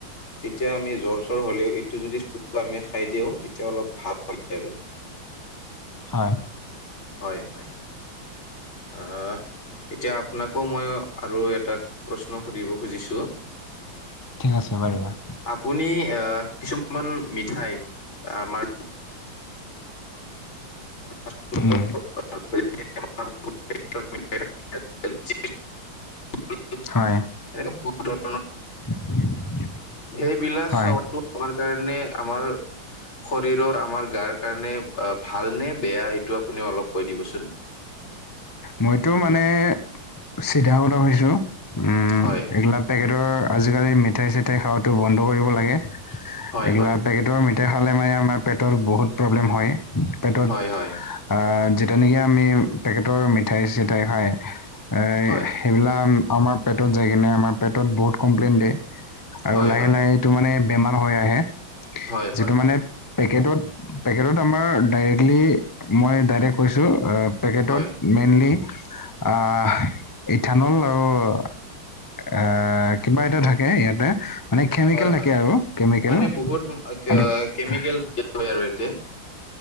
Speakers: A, on the left; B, on the left.
A: তেতিয়া আমি জ্বৰ চৰ হ'লেও ইটো যদি আমি খাই দিওঁ তেতিয়া অলপ ভাল আৰু
B: হয়
A: হয় হয় আহ এতিয়া আপোনাকো মই আৰু এটা প্ৰশ্ন সুধিব খুজিছো <inaudible>
B: ঠিক আছে পাৰিবা
A: আপুনি কিছুমান মিঠাই আমাৰ <unintelligible>
B: উম,
A: <unintelligible>
B: হয়।
A: এনেকে বহুত ধৰণৰ
B: <unintelligible>
A: সেইবিলাক
B: হয়
A: খাওটো আমাৰ কাৰণে আমাৰ শৰীৰৰ আমাৰ গাৰ কাৰণে ভাল নে বেয়া এইটো আপুনি অলপ কৈ দিবচোন।
B: মইতো মানে চিধা কথা ভাবিছো উম
A: হয়
B: এইগিলা পেকেটৰ আজিকালি মিঠাই চিঠাই খোৱাাতো বন্ধ কৰিব লাগে
A: হয়
B: এইগিলা
A: হয়
B: পেকেট ভটৰ মিঠাই খালে মানে আমাৰ পেটত বহুত প্ৰব্লেম হয়। পেটত
A: হয় হয়
B: <unintelligible> আহ যেতিয়া নেকি আমি পেকেটৰ মিঠাই-চিঠাই খাই এ <unintelligible>
A: হয়
B: সেইবিলাক আমাৰ পেটত যায় কিনে আমাৰ পেটত বহুত কমপ্লেইন দিয়ে আৰু
A: হয়
B: লাহে-লাহে
A: হয়
B: <unintelligible> সেইটো মানে বেমাৰ হৈ আহে।
A: হয় হয়
B: যিটো মানে <inaudible> পেকেটত-পেকেটত আমাৰ ডাইৰেক্টলি মই ডাইৰেক্ট কৈছোঁ <unintelligible> পেকেটত
A: হয়।
B: মেইনলি আহ ইথানল আৰু <inaudible> এ কিবা এটা থাকে ইয়াতে <unintelligible> মানে কেমিকেল
A: হয় হয়
B: থাকে আৰু কেমিকেল।
A: মানে বহুত
B: <inaudible> আৰু
A: কেমিকেল
B: <unintelligible>
A: দিয়া হয় আৰু ইয়াতে। <unintelligible>